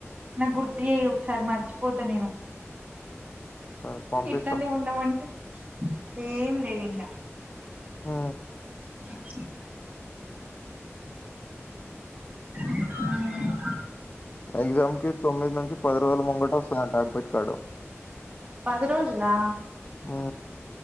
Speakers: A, on the right (about 35°); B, on the left (about 35°).
A: నాకు గుర్తు చేయి ఒకసారి మర్చిపోతా నేను
B: సరే పంపిస్తా
A: ఇట్లానే ఉన్నావంటే ఏం లేదు ఇంకా
B: ఆ
A: అ అ ఆ
B: ఎగ్జామ్ కి తొమ్మిది నుంచి పది రోజులు ముంగట వస్తదంట అడ్మిట్ కార్డు
A: పది రోజులా
B: ఆ